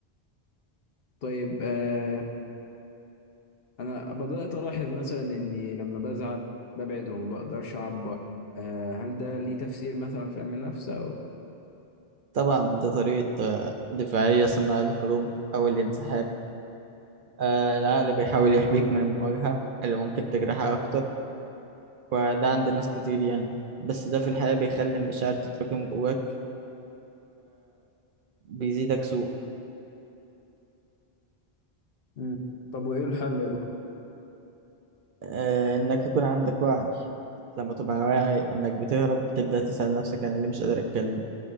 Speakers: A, on the left; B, on the right.
A: طيب آه انا بدات الاحظ مثلا اني لما بزعل ببعد وما بقدرش اعبر آه، هل ده ليه تفسير مثلا في علم النفس او
B: طبعا دي طريقة آه، دفاعية اسمها الهروب أو الانسحاب آه، العقل بيحاول يحميك من المواجهة اللي ممكن تجرحك أكتر وده عند ناس كتير يعني بس ده في الحياة بيخلي المشاعر تتراكم جواك وبيزيدك سوء
A: مم. طب وايه الحل يا دكتور
B: آه، انك يكون عندك وعي لما تبقى واعي انك بتهرب تبدأ تسأل نفسك انا ليه مش قادر اتكلم